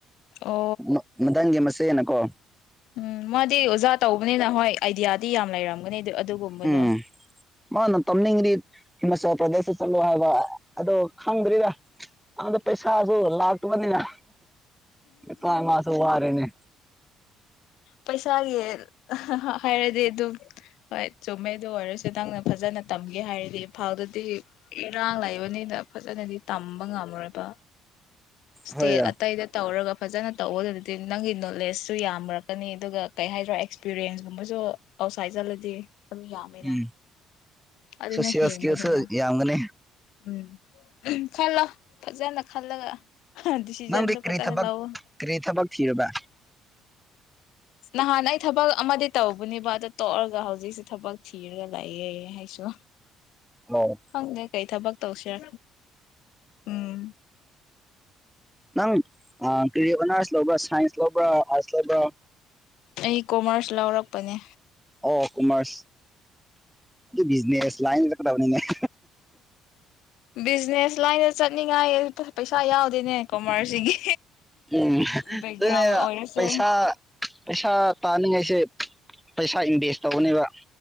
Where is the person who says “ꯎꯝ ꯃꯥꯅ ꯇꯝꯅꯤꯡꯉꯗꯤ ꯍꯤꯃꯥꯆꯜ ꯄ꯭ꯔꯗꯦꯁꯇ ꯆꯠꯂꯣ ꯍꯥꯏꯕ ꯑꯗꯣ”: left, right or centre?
Centre